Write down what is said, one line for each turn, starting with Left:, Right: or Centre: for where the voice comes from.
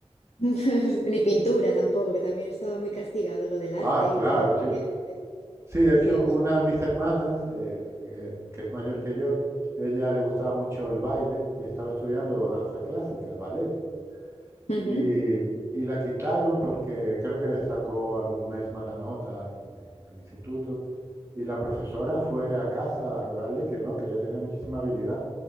Left: <laughs> Ni pintura tampoco, que también estaba muy castigado lo del arte
Right: Ah, claro,
Left: y todo, cualquier
Right: sí.
Left: arte.
Right: Sí, de
Left: Sí.
Right: hecho, una de mis hermanas, eh, eh, que es mayor que yo, ella le gustaba mucho el baile y estaba estudiando danza clásica, ballet.
Left: Ujú.
Right: Y, y la quitaron porque creo que sacó algún mes mala nota en el, en el instituto. Y la profesora fue a casa a rogarle que no, que ella tenía muchísima habilidad,